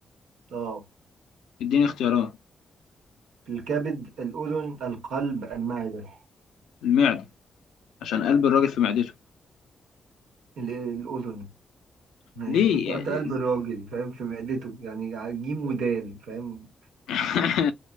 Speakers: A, on the right (about 80°); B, on the left (about 80°).
A: اه
B: اديني اختيارات
A: الكبد الأذن القلب المعدة
B: المعدة عشان قلب الراجل في معدته
A: ال- الأذن يعني
B: ليه
A: شوف أنت
B: يعني؟
A: قلت قلب الراجل فاهم في معدته يعني جيم ودال فاهم
B: <laughs>